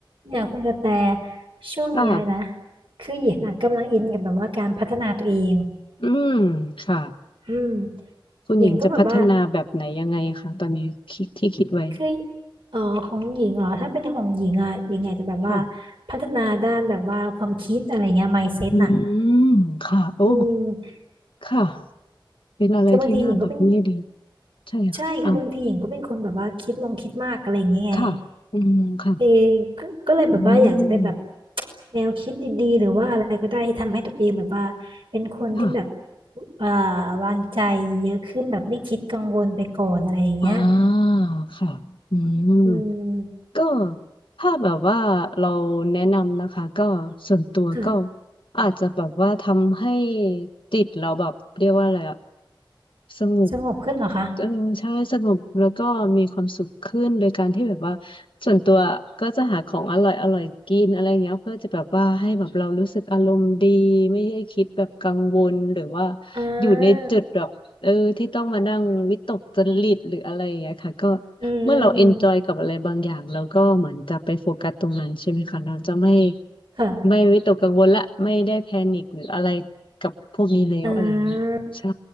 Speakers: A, on the right; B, on the left.
A: เนี่ยคุณกระแตช่วงเนี้ยนะ
B: ค่ะ
A: คือหญิงอ่ะกำลังอินกับแบบว่าการพัฒนาตัวเอง
B: อืมค่ะ
A: อืม
B: คุณหญิงจะพัฒนาแบบไหนยังไงคะตอนนี้คิดที่คิดไว้
A: หญิงก็แบบว่าคืออ๋อของหญิงเหรอถ้าเป็นของหญิงอ่ะหญิงอาจจะแบบว่า
B: ค่ะ
A: พัฒนาด้านแบบว่าความคิดอะไรเงี้ย mindset
B: อื
A: น่ะ
B: มค่ะโอ้
A: อืม
B: ค่ะ เป็นอะไรที่น่าแบบนี้ดี
A: คือบางทีหญิงก็เป็น
B: ใช่ค่ะอ้าว
A: ใช่คือบางทีหญิงก็เป็นคนแบบว่าคิดมองคิดมากอะไรอย่างเงี้ยไง
B: ค่ะ อืมค่ะ
A: เองก็ก็เลยแบบว่าอยากจะได้แบบ
B: อืม
A: <tsk> แนวคิดดีๆหรือว่าอะไรก็ได้ที่ทำให้ตัวเองแบบว่าเป็นคนที่แบบ
B: ค่ะ
A: อ่าวางใจเยอะขึ้นแบบไม่คิดกังวลไปก่อนอะไรอย่างเงี้ย
B: อ่าค่ะ อืม
A: อืม
B: ก็ถ้าแบบว่าเราแนะนำนะคะก็ส่วนตัวก็
A: ค่ะ
B: อาจจะแบบว่าทำให้จิตเราแบบเรียกว่าอะไรอะสงบ
A: สงบขึ้นเหรอคะ
B: เออใช่สงบแล้วก็มีความสุขขึ้นโดยการที่แบบว่าส่วนตัวก็จะหาของอร่อยอร่อยกินอะไรเงี้ยเพื่อจะแบบว่าให้แบบเรารู้สึกอารมณ์ดีไม่ให้คิดแบบกังวลหรือว่า
A: อ่
B: อยู่ในจุดแบบ
A: า
B: เออที่ต้องมานั่งวิตกจริตหรืออะไรอย่างเงี้ยค่ะก็
A: อืมอืม
B: เมื่อเราเอนจอยกับอะไรบางอย่างเราก็เหมือนจะไปโฟกัสตรงนั้นใช่ไหมคะเราจะไม่
A: ค่ะ
B: ไม่วิตกกังวลละไม่ได้แพนิคหรืออะไรกับพวกนี้แล้วอะไรอย่างเงี้ยใช่
A: อ่า